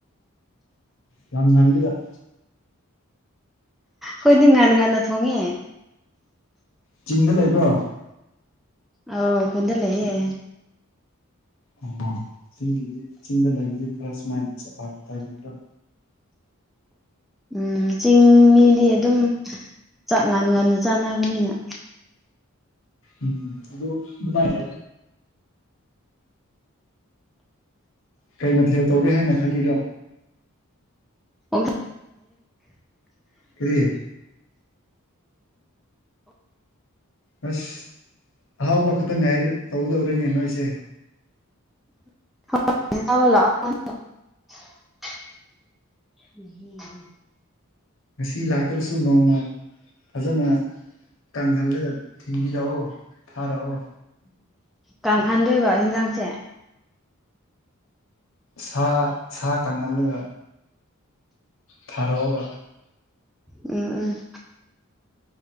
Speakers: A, on the left (about 60°); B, in the centre.
A: ꯌꯥꯝ ꯕꯤꯂꯗ
B: ꯍꯣꯏꯗꯤ ꯉꯥꯟ ꯉꯟꯅ ꯊꯣꯡꯉꯦ
A: ꯆꯤꯡꯗ ꯂꯩꯕ꯭ꯔꯣ
B: ꯑ ꯈꯨꯟ ꯂꯩꯌꯦ
A: ꯑꯣ ꯆꯤꯡꯒꯤꯗꯤ ꯆꯤꯡꯗ ꯂꯩꯕꯗꯤ ꯈꯔ ꯁꯨꯃꯥꯏꯅ ꯆꯠꯂꯣꯏ ꯇꯥꯏꯃꯤꯡꯗ
B: ꯎꯝ ꯆꯤꯡ ꯃꯤꯗꯤ ꯑꯗꯨꯝ ꯆꯥꯛ ꯉꯥꯟ ꯉꯅ ꯆꯥꯅꯕꯅꯤꯅ
A: ꯎꯝ ꯑꯗꯨ ꯑꯗꯨꯃꯥꯏ ꯇꯦ ꯀꯩ ꯃꯊꯦꯜ ꯇꯧꯒꯦ ꯍꯥꯏꯅ ꯈꯜꯂꯤꯔꯣ
B: ꯑꯣ
A: ꯀꯔꯤ ꯑꯁ ꯑꯍꯥꯎꯕ ꯈꯛꯇꯪ ꯉꯥꯏꯔꯤ ꯇꯧꯗꯧꯔꯤꯅꯦꯅ ꯑꯩꯁꯦ
B: <unintelligible>
A: ꯉꯁꯤ ꯂꯥꯛꯇ꯭ꯔꯁꯨ ꯅꯣꯡꯃ ꯐꯖꯅ ꯀꯪꯍꯜꯂꯒ ꯊꯤꯟꯕꯤꯔꯛꯑꯣ ꯊꯥꯔꯛꯑꯣ
B: ꯀꯥꯡꯍꯟꯗꯣꯏꯕ ꯌꯦꯟꯁꯥꯡꯁꯦ
A: ꯁꯥ ꯁꯥ ꯀꯪꯍꯜꯂꯒ ꯊꯔꯣ
B: ꯎꯝ